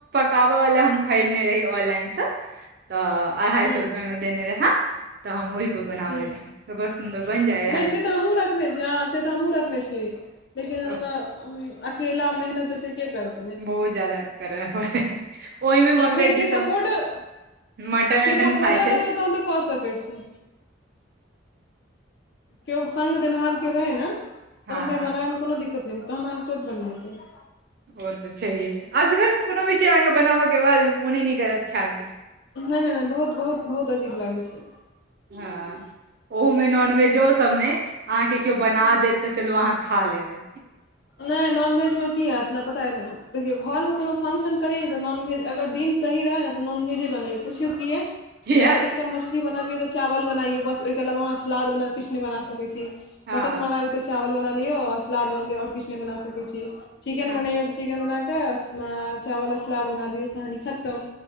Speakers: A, on the right; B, on the left.
A: काबवला हम खरीदने रही ऑनलाइनसँ तऽ अढ़ाइ
B: हूँ
A: सए रुपैआमे देने रहै तऽ हम ओहीपर बनाबैत
B: हूँ
A: छी तऽ बड़ सुन्दर बनि जाइ
B: नहि से तऽ हमहूँ रखने छी हँ से तऽ हमूँ रखने छी लेकिन
A: तऽ
B: ओना अकेला मेहनत अते के करते
A: बहुत जादा करय पड़ै ओहिमे
B: हँ
A: मंगै
B: फेर केओ
A: छै सब
B: सपोर्टर
A: मटन
B: केओ
A: वटन
B: सपोर्टर
A: खाय छै
B: रहतै तहन तऽ कऽ सकैत छी केओ सग देनिहार केओ रहे नऽ तहन
A: हँ
B: फेर
A: हँ
B: बनबे मऽ कोनो दिक्कत नहि तहन आहाँ क <unintelligible>
A: ओ तऽ छैहे असगर कोनो भी चीज अहाँके बनाबयके बाद मोने नहि करत खायके
B: नहि नहि नहि बहुत बहुत बहुत अजीब लागै छै
A: हँ ओहूमे नॉनवेजो सभमे अहाँके केओ बना देत तऽ चलू अहाँ खा लेबै
B: नहि नॉनवेज मे की होयत नहि पता देखियौ घरमे कोनो फंक्शन करी तऽ नॉनवेज अगर दिन सही रहै ने तऽ नॉनवेजे बनाय पुछि कऽ यै।
A: किया
B: या तऽ एकटा माछ बना लिअ, तऽ भात बना लिअ। बस, ओहिके अलावा अहाँ सलाद वा किछु नहि बना सकैत छी।
A: हँ
B: मटन बनाबिय तऽ चावल बना लियो सलाद बना लिय आओर किछु नहि बना सक छी चिकेन
A: हँ
B: बनयौ चिकेन बना कऽ चावल आ सलाद बना दियौ कहानी खतम।